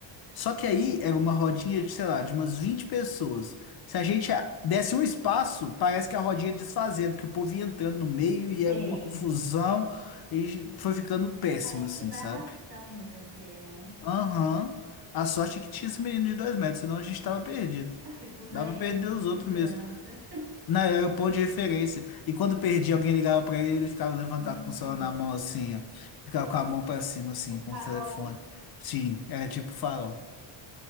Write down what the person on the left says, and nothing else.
Só que aí era uma rodinha, de, sei lá, de umas 20 pessoas. Se a gente a- desse um espaço, parece que a rodinha ia desfazendo, que o povo ia entrando no meio
e era uma confusão. E a gente foi ficando péssimo,
assim,
sabe?
Aham. A sorte é que tinha esse menino de dois metros, senão a gente tava perdido.
Dá pra
perder
os
outros mesmo. Não, era o ponto de referência. E quando
perdia, alguém ligava pra ele, ele ficava levantado
com o celular na mão, assim, ó. Ficava com a mão pra cima, assim,
com o telefone. Sim, era tipo farol.